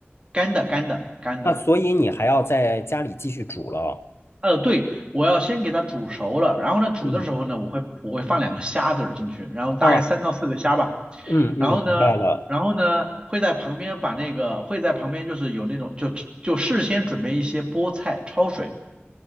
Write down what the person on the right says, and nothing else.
干的，干的，干的。
呃，对，我要先给它煮熟了，然后呢，煮的时候呢，
我会我会放两个虾子儿进去，然后大概三到四个虾吧。
然后呢，
然后呢，会在旁边把那个会在旁边就是有那种就就事先准备一些菠菜焯水。